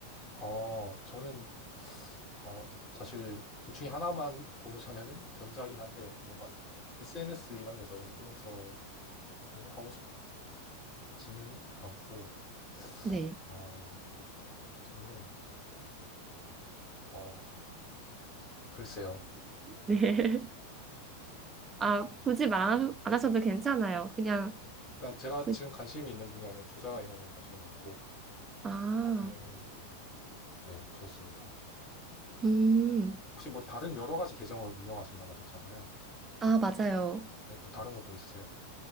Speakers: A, on the left (about 25°); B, on the right (about 15°).
A: 어, 저는, 어, 이제 사실 둘 중에 하나만 고르자면은 전자긴 한데, 뭔가 SNS 이런 데서 인플루언서를 하고 싶지는 않고,
B: 네.
A: 어, 저는, 어, 글쎄요.
B: 네. <laughs> 아, 굳이 말 안 하셔도 괜찮아요. 그냥,
A: 일단 제가
B: 그-
A: 지금 관심이 있는 분야는 투자 이런 거에 관심이 많고,
B: 아,
A: 나중에는, 네, 그렇습니다.
B: 음,
A: 혹시 뭐 다른 여러 가지 계정을 운영하신다고 하셨잖아요.
B: 아, 맞아요.
A: 네, 또 다른 것도 있으세요?